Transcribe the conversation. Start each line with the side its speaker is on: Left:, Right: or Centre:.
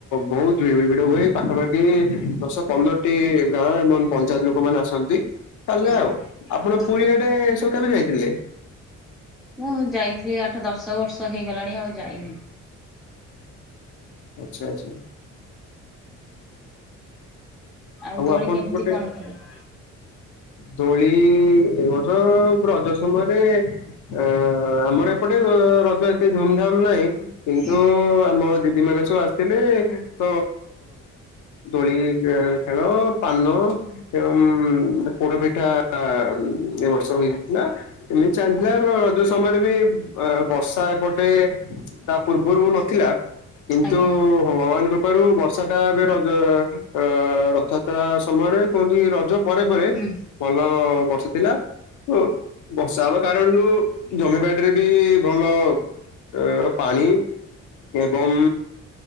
Left: ବହୁତ <unintelligible> ଭିଡ଼ ହୁଏ ପାଖାପାଖି ଦଶ ପନ୍ଦରଟି ଗାଁ ଏବଂ ପଞ୍ଚାୟତ ଲୋକମାନୋନେ ଆସନ୍ତି। ଚାଲେ
Centre: ହଁ
Left: ଆଉ ଆପଣ ପୁରୀଆଡେ
Centre: ହଁ।
Left: ସବୁ କେବେ ଯାଇଥିଲେ?
Centre: ମୁଁ ଯାଇଥିଲି ଆଠ ଦଶ ବର୍ଷ ହେଇଗଲାଣି ଆଉ ଯାଇନି।
Left: ଆଚ୍ଛା ଆଚ୍ଛା।
Centre: ଆଉ ଦୋଡ଼ି
Left: ଆପଣ
Centre: କେମିତି
Left: ସେପଟେ
Centre: କଣ କଲ?
Left: ଦୋଳି ଏବ ବର୍ଷ ରଜ ସମୟରେ ଅ ଆମର ଏପଟେ ଏ ରଜ ଏତେ ଧୁମ ଧାମ ନାହିଁ। କିନ୍ତୁ
Centre: ହୁଁ
Left: ଆମ ଦିଦି ମାନେ ସବୁ ଆସ ଥିଲେ ତ ଦୋଳି ଖେ ଖେଳ ପାନ ଏବଂ ଉମ ପୋଡ ପିଠା ଆ ଏ ବର୍ଷ ହେଇଥିଲା ଏମ ଚାଲିଥିଲା
Centre: ହଁ
Left: ର ସମୟରେ ବି ଉ ବର୍ଷା ଏପଟେ ତା ପୂର୍ବରୁ ନଥିଲା। କିନ୍ତୁ
Centre: ଆଜ୍ଞା
Left: ଭଗବାନ ରୁ କୃପାରୁ ବର୍ଷା ଟା ଏବେ ରଜ ଅ ରଥଯାତ୍ରା ସମୟରେ କୁହନ୍ତି ରଜ ପରେ ପରେ
Centre: ହୁଁ।
Left: ଭଲ ବର୍ଷା ଥିଲା। ଓ ବର୍ଷା ହେବା କାରଣରୁ ଜମିବାଡିରେ ବି ଭଲ ଅ ପାଣି ଏବଂ